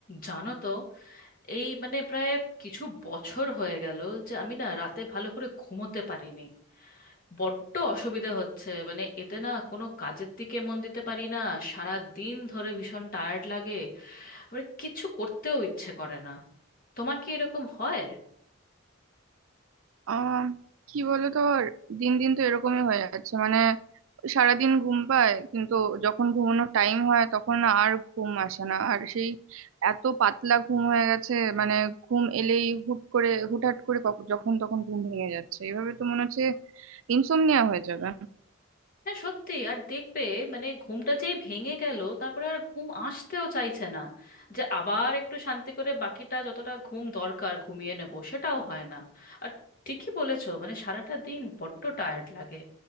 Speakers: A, on the left; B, on the right.
A: জানো তো এই মানে প্রায় কিছু বছর হয়ে গেল যে আমি না রাতে ভালো করে ঘুমোতে পারিনি বড্ড অসুবিধা হচ্ছে মানে এতে না কোনো কাজের দিকে মন দিতে পারি না সারা দিন ধরে ভীষণ টায়ার্ড লাগে আবার কিছু করতেও ইচ্ছে করে না তোমার কি এরকম হয়
B: আহ কি বলতো দিন দিন তো এরকমই হয়ে যাচ্ছে মানে সারাদিন ঘুম পায় কিন্তু যখন ঘুমানোর টাইম হয় তখন না আর ঘুম আসে না আর সেই এত পাতলা ঘুম হয়ে গেছে মানে ঘুম এলেই হুট করে হুটহাট করে কখ- যখন তখন ঘুম ভেঙে যাচ্ছে এভাবে তো মনে হচ্ছে ইনসোমনিয়া হয়ে যাবে
A: হ্যাঁ সত্যি আর দেখবে মানে ঘুমটা যেই ভেঙে গেল তারপরে আর ঘুম আসতেও চাইছে না যে আবার একটু শান্তি করে বাকিটা যতটা ঘুম দরকার ঘুমিয়ে নেব সেটাও হয় না আর ঠিকই বলেছো মানে সারাটা দিন বড্ড টায়ার্ড লাগে